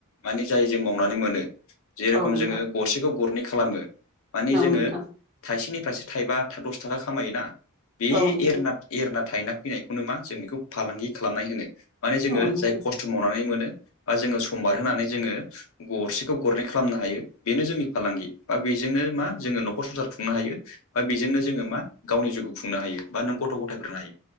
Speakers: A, on the left (about 65°); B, on the right (about 25°).
A: माने जाय जों मावनानै मोनो जेरेखम
B: औ नोंथां औ नोंथां
A: जोङो गरसेखौ गरनै खालामो माने
B: औ
A: जोङो
B: नोंथां
A: थाइसेनिफ्रायासो थाइबा दस थाखा खामायोना बे
B: औ नोंथां औ नोंथां औ नोंथां औ नोंथां औ नोंथां
A: एरना एरना थाइना फैनायखौनो मा जों बेखौ फालांगि खालामनाय होनो माने जोङो
B: औ नोंथां
A: जाय खस्थ' मावनानै मोनो बा जोङो समबार होनानै जोङो गरसेखौ गरनै खालामनो हायो बेनो जोंनि फालांगि बा बेजोंनो मा जोङो न'खर संसार खुंनो हायो बा बेजोंनो जोङो मा गावनि जिउखौ खुंनो हायो बा नों गथ' गथायफोरोंनो हायो